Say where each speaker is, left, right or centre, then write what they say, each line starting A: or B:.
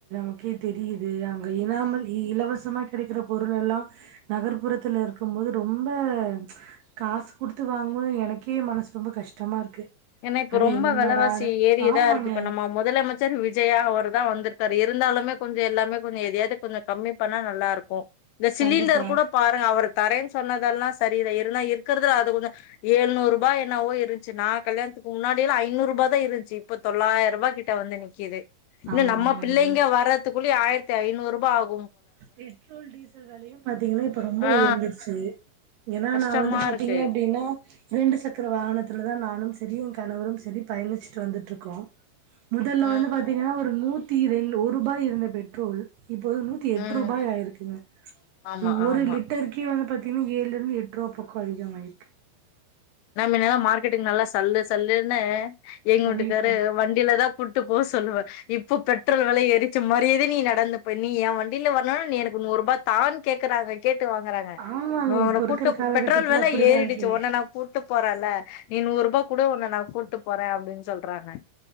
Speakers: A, on the right; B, on the left.
A: க்கே தெரீது. அங்க இனாமல் இ இலவசமா கெடைக்கிற பொருலெல்லா நகர்புறத்துல இருக்கும் போது ரொம்ப ம்ச் காச் குடுத்து வாங்குபோ எனக்கே மனசு ரொம்ப கஷ்டமா இருக்கு.
B: ஏன்னா இப்ப
A: அட
B: ரொம்ப
A: என்னடானு
B: வெலவாசி ஏரியேதா
A: ஆமாங்க
B: இருக்கு. இப்ப நம்ம முதலமைச்சர் விஜயாகவர் தா வந்துருக்காரு இருந்தாலுமே கொஞ்சோ எல்லாமே கொஞ்சோ எதயாது கொஞ்சோ கம்மி பண்ணா நல்லா இருக்கூ. இந்த சிலிண்டர்
A: கண்டிப்பா
B: கூட பாருங்க அவர் தரேன் சொன்னதெல்லா சரிதா இருனா இருக்கறதுல அது கொஞ்ச ஏழ்நூறு ரூபா என்னவோ இருந்ச்சு நா கல்யாணத்க்கு முன்னாடிலா ஐநூரூபாதா இருந்துச்சு. இப்ப தொள்ளாயிரபா கிட்ட வந்து நிக்கிது. இன்ன
A: ஆமா
B: நம்
A: ஆமா
B: பிள்ளைங்க
A: ஆமா
B: வரதுக்குள்ளி ஆயிரத்தி ஐநூறு ரூபா ஆகு
A: பெட்ரோல் டீசல் வெலயு பாத்தீங்கன்னா இப்ப ரொம்ப
B: ஆ
A: உயர்ந்திருச்சு ஏன்னா
B: கஷ்டமா
A: நா வந்து பாத்தீங்க
B: இருக்கு
A: அப்டீனா இரண்டு சக்கர வாகனத்துலதா நானும் செ செரி என் கணவரும் சரி பயணிச்சுட்டு வந்துட்டு இருக்கோ. முதல்ல
B: ம்
A: வந்து பாத்தீங்கன்னா ஒரு நூத்தி ரெண் ஒருபாய் இருந்த பெட்ரோல் இப்போது த்தி எட்ருபாய்
B: ம்
A: ஆயிருக்குங்க.
B: ஆமா
A: ம்ச் ஒரு
B: ஆமா
A: லிட்டர்க்கே வந்து பத் தீன ஏழ்லருந்து எட்ரூவா பக்கோ அதிகமாய்ருக்கு.
B: நம்ம என்னனா மார்க்கெட்டுக்கு நல்லா சல்லு சல்லுன்னு எங்க
A: கண்டிப்பா
B: வீட்டுக்காரு வண்டீலதா கூட்டு போக சொல்லுவ. இப்போ பெட்ரோல் வில ஏரித் சாசு மறியேதே நீ நடந்து போய் நீ என் வண்டீல வர்ணுனா நீ எனக்கு நூறு ரூபா தான்னு கேக்குறாங்க. கேட்டு வாங்கறாங்க.
A: ஆமாங்க
B: நோ
A: இப்ப
B: உன
A: இருக்கிற
B: கூட்டு
A: காலகட்டத்துல
B: பெட்ரோல் வில
A: அப்டிதா
B: ஏறிடுச்சு
A: இருக்கு
B: ஒன்னனா கூட்டு போறல நீ நூற்ரூபா குடு ஒண்ண நா கூட்டுபோற. அப்டின்னு சொல்றாங்க.